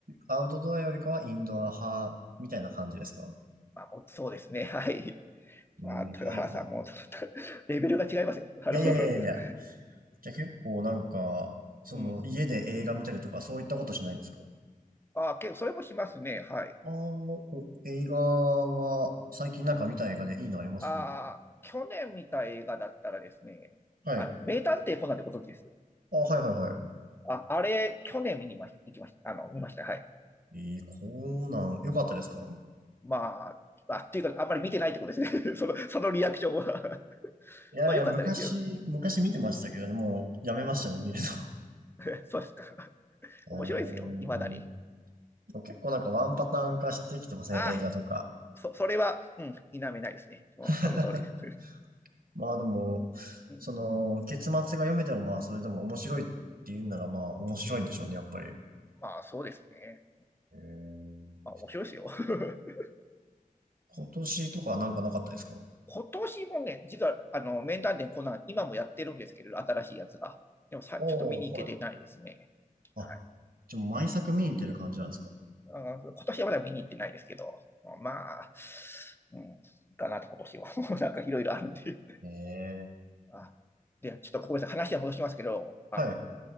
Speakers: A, on the right; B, on the left.
A: アウトドアよりかはインドア派みたいな感じですか
B: まあ、もうそうですね。はい。
A: えー、
B: まあ、豊原さんも、
A: じゃあ、
B: レベルが違いますよ。あの
A: いやいやいやいやいや。
B: <laughs>
A: じゃあ結構なんか、その、
B: うん。
A: 家で映画見たりとか、そういったことしないんですか
B: あ結構それもしますね。はい。
A: ああー、お、映画は、最近なんか見た映画でいいのあります
B: ああ、去年見た映画だったらですね、
A: はい。
B: あの、名探偵コナンってことです。
A: あ、はいはいは
B: あ、あれ、去年見にまし、行きました。あの、見ました。はい。
A: い。えー、コナン、よかったですか
B: まあ、あ、っていうか、あんまり見てないってことですね。<laughs> その、そのリアクションは <laughs>
A: いやいや、
B: まあ、良かったですよ。
A: 昔、昔見てましたけどね、もうやめましたね、見るの。
B: <laughs> そうですか。
A: <laughs> うー
B: 面白いですよ。未だに。
A: ん。でも結構なんかワンパターン化してきてません、
B: ああ、
A: 映画とか。
B: そ、それは、うん、否めないですね。もう、
A: <laughs>
B: その通りです。<laughs>
A: まあでも、
B: うん
A: その、結末が読めてもまあそれでも面白いっていうんならまあ面白いんでしょうね、やっぱり。
B: まあ、そうですね。
A: えー
B: まあ、面白いですよ。<laughs>
A: 今年とかはなんかなかったですか
B: 今年もね、実は、あの、面談でコナン、今もやってるんですけれど、新しいやつが。でもさ、
A: おおー、
B: ちょっと見に行けてないですね。
A: はい。あ、
B: はい。
A: じゃあ毎作見に行ってる感じなんですか
B: うん今年はまだ見に行ってないですけど、まあ、うん、かなと、今年は。<laughs> なんかいろいろあるんで。
A: えー
B: あで、ちょっとごめんなさい、話は戻しますけど、あの
A: はい。